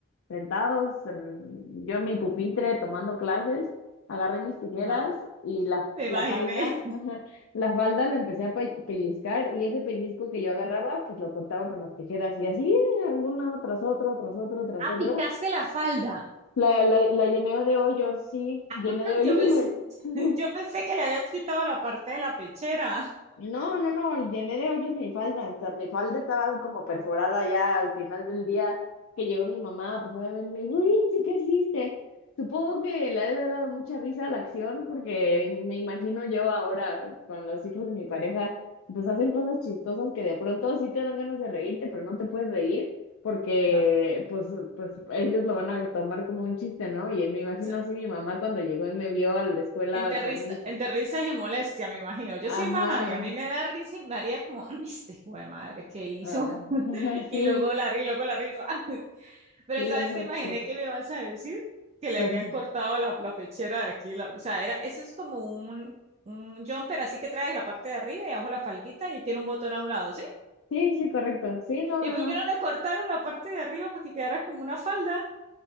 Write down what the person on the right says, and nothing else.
Ajá,
me
imaginé.
Ah,
picaste la falda.
Ah,
yo pensé, <laughs>
yo pensé que le habías quitado la parte de la pechera.
Claro.
So-
Entre, risa-
entre risas y molestia, me imagino. Yo soy
mamá y a mí me da risa y me haría como, "Ay, este hijo de madre, ¿qué hizo?
<laughs>
Y
luego la, y luego la risa. <laughs> Pero
¿sabes
qué imaginé que me vas a decir? Que le
habían cortado la, la pechera de aquí. la- o sea, era, eso es como un, un jumper así que trae la parte de arriba y abajo la faldita y tiene un botón a un lado, ¿sí?
¿Y
por
qué no le cortaron la parte de arriba para que quedara como una falda?